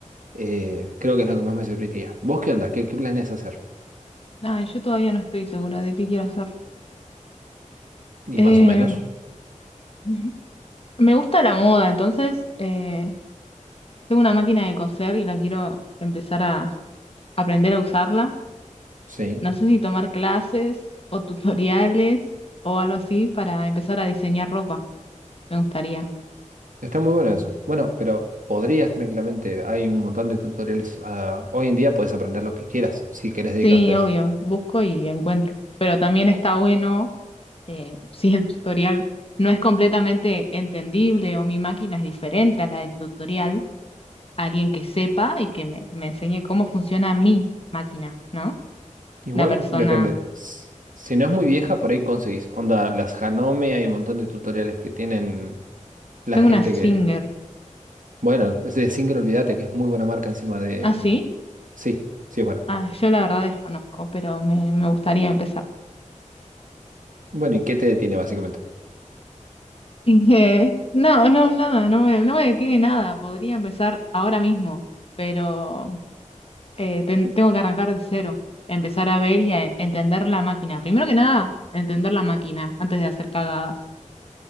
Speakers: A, on the right; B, on the left.
A: eh, creo que es lo que más me serviría. ¿Vos qué onda? ¿Qué, qué planeas hacer?
B: Ay, yo todavía no estoy segura de qué quiero hacer.
A: Y
B: Eh,
A: más o menos,
B: <laughs> me gusta la moda, entonces eh, tengo una máquina de coser y la quiero empezar a aprender a usarla.
A: sí.
B: No sé si tomar clases o tutoriales o algo así para empezar a diseñar ropa. Me gustaría.
A: Está muy bueno eso. Bueno, pero podrías tranquilamente, hay un montón de tutoriales. ah, hoy en día puedes aprender lo que quieras si querés dedicarte
B: Sí,
A: a
B: obvio,
A: eso.
B: busco y encuentro. Pero también está bueno. eh, <laughs> si el tutorial no es completamente entendible o mi máquina es diferente a la del tutorial, alguien que sepa y que me, me enseñe cómo funciona mi máquina, ¿no?
A: Igual
B: Una persona,
A: depende. s- Si no es muy vieja, por ahí conseguís. Onda, las Hanome, hay un montón de tutoriales que tienen la
B: tengo
A: gente
B: una Singer,
A: que. Bueno, es de Singer, olvídate que es muy buena marca encima de.
B: ¿ah, sí?
A: Sí, sí es buena.
B: Ah, yo la verdad desconozco, pero me, me gustaría empezar. <laughs>
A: Bueno, ¿y qué te detiene básicamente?
B: Eh, no, no, nada, no me, no me detiene nada, podría empezar ahora mismo, pero eh, ten- tengo que arrancar de cero, empezar a ver y a entender la máquina. Primero que nada, entender la máquina antes de hacer cagadas.